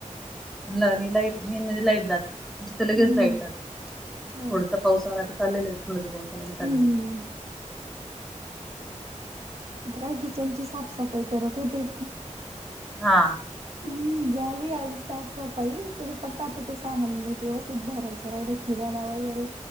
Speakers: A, in the centre; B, on the right.
A: ल नाही लाईट मेन म्हणजे लाईट जात म्हणे ते लगेच
B: हम्म
A: ला यतात
B: ह
A: थोडसा पाऊस आला का चाललेला थोड पाजऊस आला का चाललेला
B: हम्म
A: नाही
B: काय किचनची साफसफाई करत होते
A: हा
B: हम्म झाली आज साफसफाई तर फक्त आता ते सामान नेट व्यवस्थित भरायचं राहिलं किराणा वगैरे